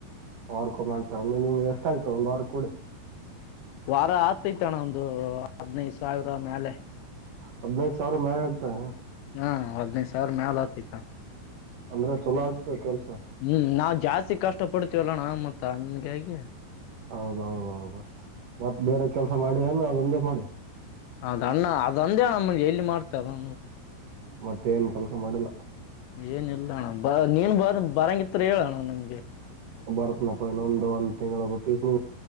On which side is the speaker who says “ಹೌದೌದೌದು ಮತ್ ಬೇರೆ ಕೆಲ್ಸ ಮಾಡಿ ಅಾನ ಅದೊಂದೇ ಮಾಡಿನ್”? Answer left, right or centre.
Right